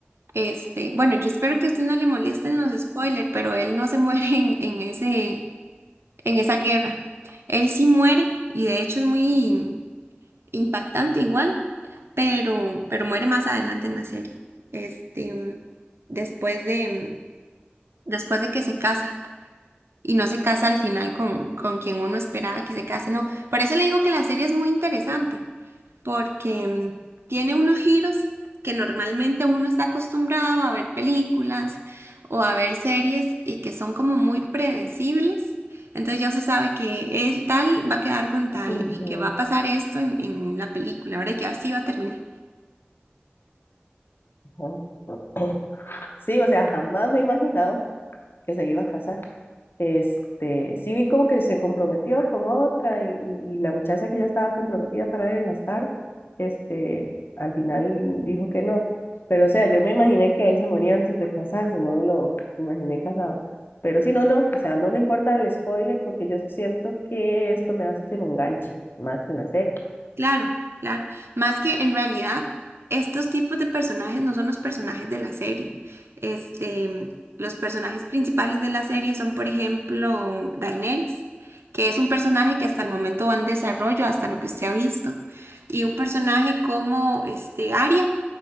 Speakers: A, on the right; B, on the left.
A: Este, bueno, yo espero que a usted no le molesten los spoilers, pero él no se <laughs> muere en, en ese, en esa guerra. Él sí muere, y de hecho es muy impactante igual, pero, pero muere más adelante en la serie. Este, después de, después de que se casa. Y no se casa al final con, con quien uno esperaba que se case, no. Por eso le digo que la serie es muy interesante porque mm, tiene unos giros que normalmente uno está acostumbrado a ver películas o a ver series y que son como muy predecibles. Entonces ya se sabe que el tal va a quedar con tal
B: Ujú,
A: y que va a pasar esto en, en la película, ¿verdad? Y que así va a terminar.
B: ujú. <clears throat> Sí, o sea, jamás me imaginaba que se iba a casar. Este, sí vi como que se comprometió con otra y, y- y la muchacha que ya estaba comprometida para él, la Stark, este, al final dijo que no. Pero o sea, yo me imaginé que él se moría antes de casarse, no me lo imaginé casado. Pero sí, no, no, o sea, no me importa el spoiler porque yo siento que esto me hace que me enganche más en la serie.
A: Claro, claro. Más que en realidad, estos tipos de personajes no son los personajes de la serie. Este, los personajes principales de la serie son, por ejemplo, Daenerys, que es un personaje que hasta el momento va en desarrollo, hasta lo que usted ha visto, y un personaje como este Arya,